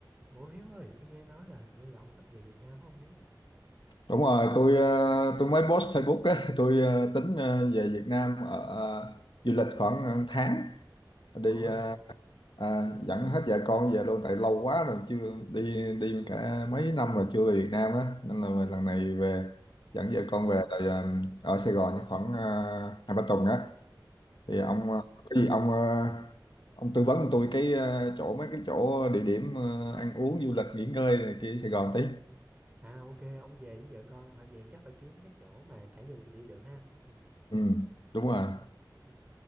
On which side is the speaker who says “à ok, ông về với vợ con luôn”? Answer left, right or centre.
Right